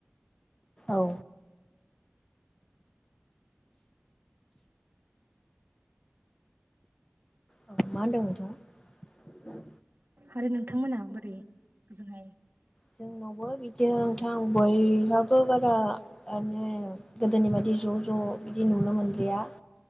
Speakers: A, on the left (about 15°); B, on the right (about 55°).
A: औ। औ मा होनदों नोंथांआ।
B: आरो नोंथांमोना बोरैजोंहाय।
A: जोंनावबो बिदिथां आ बयहाब‌ बो बाराे गोदोनि बायदि ज' ज' बिदि नुनो मोनलिया।